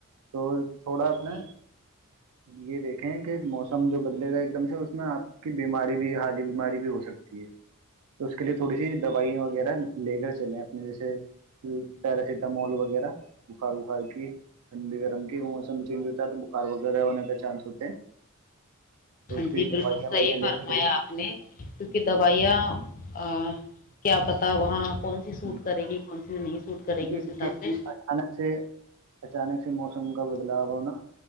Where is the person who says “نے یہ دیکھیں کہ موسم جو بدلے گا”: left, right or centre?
Right